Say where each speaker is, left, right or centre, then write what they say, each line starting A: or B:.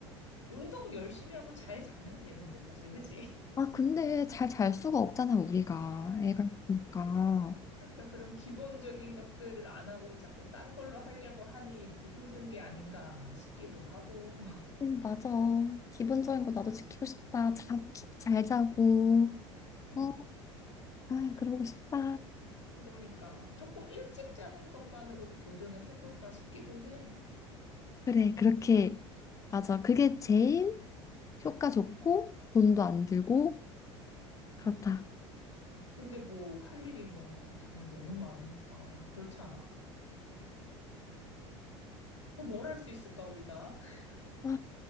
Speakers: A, on the left; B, on the left.
A: 운동 열심히 하고 잘 자면 되는데, 사실, 그지?
B: 아 근데 잘 잘 수가 없잖아 우리가 애가 있으니까.
A: 그러니까 그런 기본적인 것들을 안 하고 자꾸 딴 걸로 하려고 하니 이렇게 힘든 게 아닌가 싶기도 하고.
B: 응, 맞아. 기본적인 거 나도 지키고 싶다. 자, 잘 자고.
A: <laughs>
B: 어, 아, 그러고 싶다.
A: 그러니까 조금 일찍 자는 것만으로도 도전을 해볼까 싶기도 해.
B: 그래, 그렇게. 맞아. 그게 제일 효과 좋고, 돈도 안 들고, 그렇다.
A: 근데 뭐 할 일이 뭐 정말 너무 많으니까. 그렇지 않아? 또 뭘 할 수 있을까, 우리가? <laughs>
B: 아,